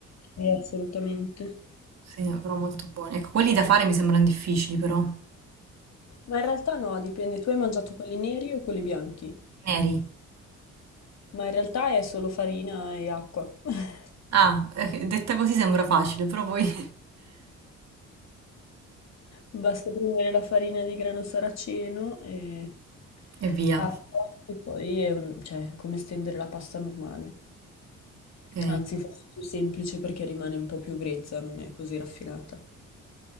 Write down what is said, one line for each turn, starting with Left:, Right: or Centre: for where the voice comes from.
Left: Sì, assolutamente.
Right: Sì, però molto buoni. Ecco, quelli da fare mi sembrano difficili però,
Left: Ma in realtà no, dipende, tu hai mangiato quelli neri o quelli bianchi?
Right: neri.
Left: Ma in realtà è solo farina e acqua. <laughs>
Right: Ah, eh, detta così sembra facile, però poi... <laughs>
Left: Basta prendere la farina di grano saraceno e
Right: E via.
Left: acqua e poi è un- cioè, come stendere la pasta normale.
Right: Ok,
Left: Anzi, forse è più semplice perché rimane un po' più grezza, non è così raffinata.